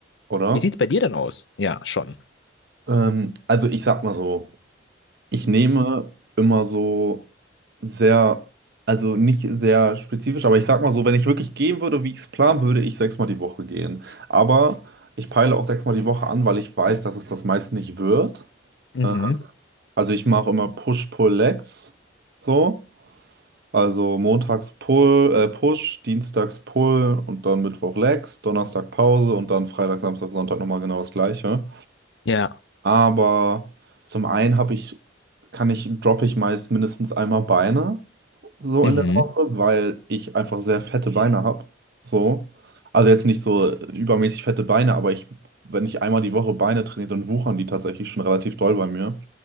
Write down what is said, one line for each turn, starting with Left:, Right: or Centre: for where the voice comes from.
Right: Oder?
Left: Wie sieht's bei dir denn aus? Ja, schon.
Right: Ähm, also ich sag mal so. Ich nehme immer so sehr, also nicht sehr spezifisch, aber ich sag mal so, wenn ich wirklich gehen würde, wie ich es planen würde, ich sechsmal die Woche gehen. Aber ich peile auch sechsmal die Woche an, weil ich weiß, dass es das meist nicht wird.
Left: Mhm.
Right: Äh, Also ich mache immer Push-Pull-Legs. So. Also montags Pull, äh, Push, dienstags Pull und dann Mittwoch Legs, Donnerstag Pause und dann Freitag, Samstag, Sonntag nochmal genau das gleiche.
Left: Ja.
Right: Aber zum einen habe ich, kann ich, droppe ich meist mindestens einmal Beine so
Left: Mhm.
Right: in der Woche, weil ich einfach sehr fette Beine habe. So. Also jetzt nicht so übermäßig fette Beine, aber ich, wenn ich einmal die Woche Beine trainiere, dann wuchern die tatsächlich schon relativ doll bei mir.